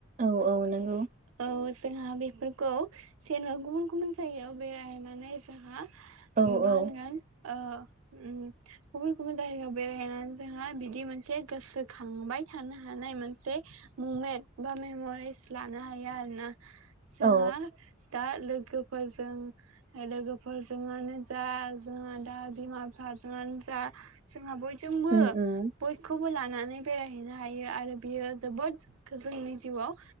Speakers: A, on the right (about 35°); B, on the right (about 80°).
A: औ औ नंगौ।
B: औ जोंहा बेफोरखौ जेनेबा गुबुन गुबुन जायगायाव बेरायनानै जोंहा
A: औ
B: मानगोन
A: औ
B: अ उम गुबुन गुबुन जायगायाव बेरायहनानै जोंहा बिदि मोनसे गोसोखांबाय थानो हानाय मोनसे मुमेन्ट बा मेम'रिस लानो हायो आरोना। सोंहा
A: औ
B: दा लोगोफोरजों लोगोफोरजोंआनो जा जोंहा दा बिमा बिफाजोंनो जा जोंहा बय जोंबो
A: उम उम
B: बयखौबो लानानै बेरायहैनो हायो आरो बियो जोबोद जोंनि जिउआव